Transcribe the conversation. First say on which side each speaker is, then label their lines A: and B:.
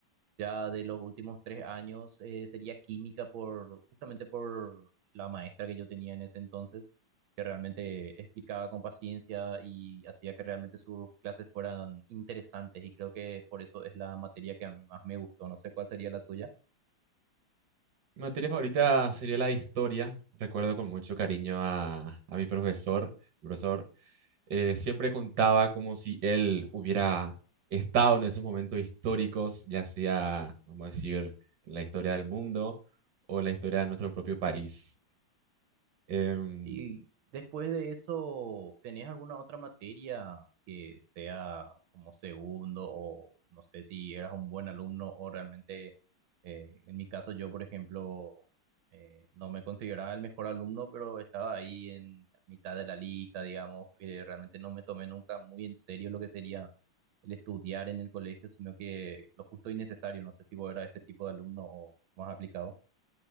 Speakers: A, on the right (about 85°); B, on the right (about 65°).
A: ya de los últimos tres años, eh, sería química por, justamente por la maestra que yo tenía en ese entonces, que realmente explicaba con paciencia y hacía que realmente sus clases fueran interesantes y creo que por eso es la materia que a mí más me gustó. No sé cuál sería la tuya.
B: Mi materia favorita sería la de historia. Recuerdo con mucho cariño a, a mi profesor, profesor eh, siempre contaba como si él hubiera estado en esos momentos históricos, ya sea, vamos a decir, en la historia del mundo o la historia de nuestro propio país. Em,
A: Y después de eso, ¿tenés alguna otra materia que sea como segundo o no sé si eras un buen alumno o realmente, eh, en mi caso yo, por ejemplo, eh, no me consideraba el mejor alumno, pero estaba ahí en mitad de la lista, digamos, y realmente no me tomé nunca muy en serio lo que sería el estudiar en el colegio, sino que lo justo y necesario. No sé si vos eras ese tipo de alumno o más aplicado.